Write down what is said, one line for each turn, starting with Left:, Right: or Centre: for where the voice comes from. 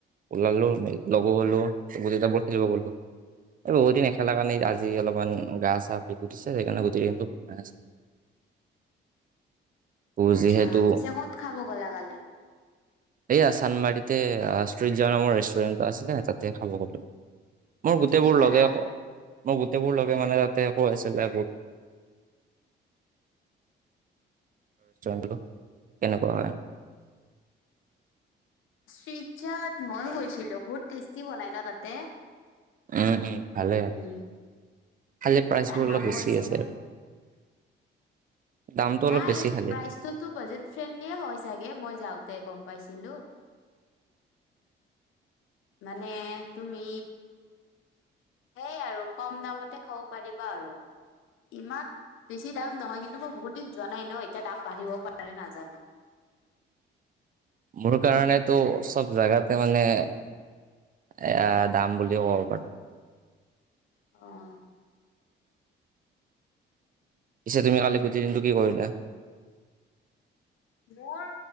Right: ওলালোঁ লগো গলোঁ <unintelligible> খেলিব বোলা। এই বহু দিন নেখেলা কাৰণে আজি অলপমান গা চা বিষ উঠিছে, সেইকাৰণে গোটেই দিনটো সোমাই আছে। আছিলো
Left: আচ্ছা,
Right: যিহেতু
Left: পিছে ক'ত খাব গ'লা কালি?
Right: এইয়া চান। দমাৰিতে ষ্টিজা নামৰ ৰেষ্টুৰেণ্ট আছিলে তাতে খাব গ'লো। মোৰ গোটেইবোৰ
Left: কি কি খালা
Right: লগে, মোৰ গোটেইবোৰ লগে মানে তাতে কৈ আছিলে বু ৰেষ্টুৰেণ্টটো কেনেকুৱা হয়।
Left: ষ্টিজাত মইয়ো গৈছিলোঁ, বহুত টেষ্টি বনাই ন' তাতে?
Right: উম', হম' ভালে
Left: উম।
Right: খালী প্ৰাইচবোৰ
Left: তাৰ
Right: অলপ
Left: নামো
Right: বেছি আছে।
Left: ন
Right: দামটো অলপ
Left: নাই,
Right: বেছি খালি।
Left: প্ৰাইজটো তো বাজেট ফ্ৰেণ্ডলিয়ে হয় চাগে, মই যাওঁতে গম পাইছিলো। মানে তুমি সেইয়াই আৰু কম দামতে খাব পাৰিবা আৰু। ইমান, বেছি দাম নহয়, কিন্তু মই বহুত দিন যোৱা নাই ন এতিয়া দাম বাঢ়িব পাৰে নাজানো।
Right: মোৰ কাৰণেতো চব জোগাতে মানে এ দাম বুলিও কব পাৰা।
Left: অ'।
Right: পিছে তুমি কালি গোটেই দিনটো কি কৰিলে।
Left: মোৰ